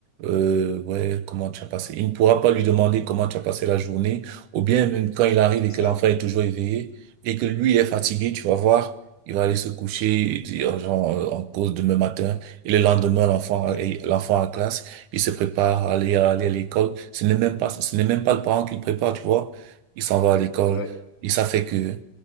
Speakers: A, on the right; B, on the left.
A: euh, ouais, comment tu as passé. Il ne pourra pas lui demander comment tu as passé la journée, ou bien même quand il arrive
B: c'est
A: et
B: ça,
A: que l'enfant est toujours éveillé et que lui est fatigué, tu vas voir, il va aller se coucher et dire, genre, euh, en cause demain matin, et le lendemain, l'enfant,
B: oui
A: a- l'enfant à classe. Il se prépare à aller à, aller à l'école. Ce n'est même pas, ce n'est même pas le parent qui le prépare, tu vois. Il s'en va à l'école.
B: oui
A: Et ça fait que,